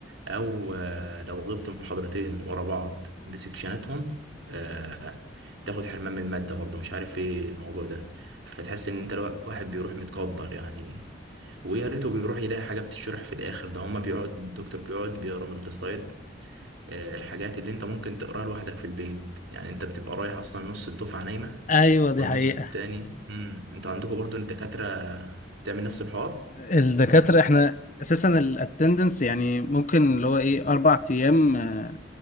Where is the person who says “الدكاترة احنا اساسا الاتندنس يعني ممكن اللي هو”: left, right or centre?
Left